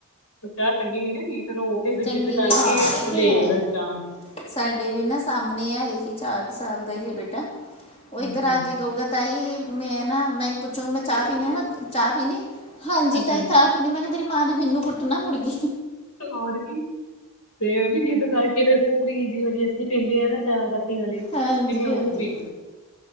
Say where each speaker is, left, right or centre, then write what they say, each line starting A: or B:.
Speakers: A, on the left; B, on the left.
A: ਚਾਹ ਚੰਗੀ ਨੀ, ਨਾ ਹੈਗੀ, ਫਿਰ ਰੋ ਕੇ ਫਿਰ
B: ਚੰਗੀ
A: ਜਿੱਦ ਕਰਕੇ
B: ਨੇ ਹਾਂ
A: ਉਹ
B: ਇਹ
A: ਲੈ
B: ਤੇ ਹੈ
A: ਆਏਗਾ ਚਾਹ।
B: ਸਾਡੇ ਵੀ ਨਾ, ਸਾਹਮਣੇ ਐ, ਇਹੀ ਚਾਰ ਕੁ ਸਾਲ ਦਾ ਹੀ ਹੈ ਬੇਟਾ, ਉਹ
A: ਹਾਂਜੀ
B: ਇੱਧਰ ਆ ਕੇ ਕਹੂਗਾ ਤਾਈ, ਮੈਂ ਨਾ, ਮੈਂ ਪੁੱਛੂੰ ਮੈਂ ਚਾਹ ਪੀਣੀ, ਚਾਹ ਪੀਣੀ, ਹਾਂਜੀ
A: ਅੱਛਾ
B: ਤਾਈ ਤਾ ਪੀਨੀ, ਮੈਂ ਕਿਹਾ, ਤੇਰੀ ਮਾਂ ਨੇ, ਮੈਨੂੰ ਕੁੱਟਣਾ ਮੁੜ ਕੇ।
A: ਤੇ ਹੋਰ ਕੀ, ਫੇਰ ਉਹ ਵੀ ਜਿੱਦ ਕਰਕੇ ਫਿਰ ਪੂਰੀ ਜਿਹੋ ਜਿਹੀ, ਅਸੀਂ ਪੀਂਦੇ ਹਾਂ ਨਾ, ਚਾਹ ਪੱ ਤੀ ਵਾਲੀ
B: ਹਾਂਜੀ
A: ਇਹਨੇ ਉਹੀ
B: ਹਾਂਜੀ
A: ਪੀਣੀ,